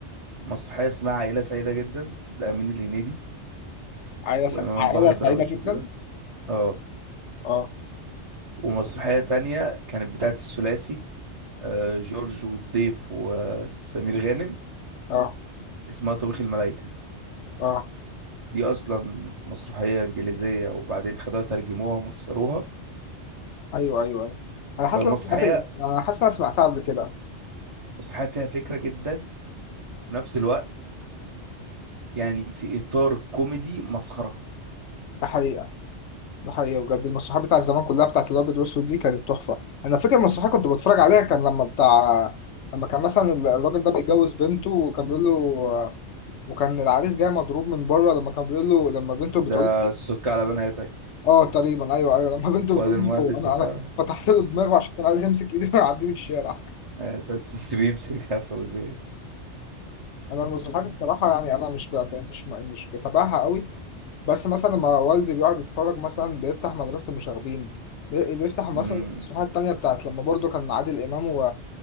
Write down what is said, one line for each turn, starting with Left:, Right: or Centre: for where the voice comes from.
Right: مسرحيه اسمها عائله سعيده جدا لامين الهنيدي
Left: عائله
Right: وامام
Left: س... عائله
Right: البحر دراويش
Left: سعيده جدا
Right: وكده اه
Left: اه
Right: ومسرحيه تانية كانت بتاعت الثلاثي آه جورج والضيف وسمير غانم
Left: اه
Right: اسمها طبيخ الملايكه
Left: اه
Right: دي اصلا مسرحيه انجليزيه وبعدين خدوها ترجموها ومصروها
Left: ايوه ايوه ايوه انا حاسس
Right: فالمسرحيه
Left: إن انا سمعت انا حاسس إن انا سمعتها قبل كده
Right: مسرحيه فيها فكره جدا وفي نفس الوقت يعني في اطار كوميدي مسخره
Left: ده حقيقه ده حقيقي بجد المسرحيات بتاعت زمان كلها بتاعت الابيض والاسود دي كانت تحفه انا فاكر مسرحيه كنت بتفرج عليها كان لما بتاع لما كان مثلا ال- الراجل ده بيتجوز بنته وكان بيقول له وكان العريس جاي مضروب من بره لما كان بيقول له لما بنته بتقول
Right: ده السك على بناتك
Left: <laughs> اه تقريبا ايوه ايوه لما بنته
Right: فؤاد
Left: بتقول
Right: المهندس
Left: له <laughs> انا
Right: سك
Left: انا
Right: على بناتك
Left: فتحت له دماغه عشان كان عايز يمسك ايدي ويعديني <laughs> الشارع
Right: آه، تسس بيمسكها فوزيه
Left: انا المسرحيات الصراحه يعني انا مش بت... مش مش بتابعها قوي بس مثلا لما والدي بيقعد يتفرج مثلا بيفتح مدرسة المشاغبين بي- بيفتح مثلا
Right: امم
Left: المسرحية التانية بتاعت لما برضو كان عادل إمام و...